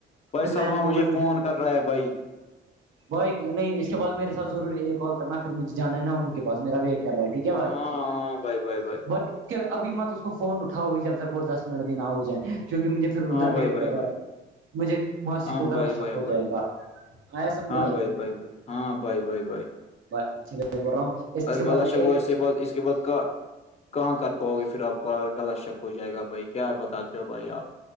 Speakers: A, on the left; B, on the right.
A: بھائی
B: پھر
A: سللما
B: میم کو
A: مجھے
B: بولیں گے
A: فون کر رہا ہے بھائی
B: بھائی نہیں اس کے بعد میرے سات ضرور یہ کال کرنا پھر مجھےانا ہے نا انہ کے پس میرا ویٹ کر رہا ٹھیک ہے بھائی
A: ہاں ہاں بھائی بھائی بھائی
B: بائی ابھی میں تو اس کو فون اٹاؤ گی جب تک وہ دس منٹ دن آ ہو جائے کیونوں کہ مجھے پھر
A: ہاں
B: ادھر
A: بھائی
B: ویٹ
A: بھائی
B: کر
A: بھائی
B: رہا ہے مجھے موسیی
A: ہاں
B: کو گغلط
A: بھائی بھائی
B: شک ہو
A: بھائی
B: جائے گا آیا سمجھ
A: ہاں بھائی بائی بائی ہاں بھائی بھائی بھائی
B: بھائی بول رہا ہوں اس
A: اورلا
B: کے بعد میں
A: شک
B: ایک
A: ہو بع اس کے بعد کہاں کر پاؤ گے پھر آپ کو ا غلط شک ہو جائے گا بھائی کیا بتاتے ہو بھائی آپ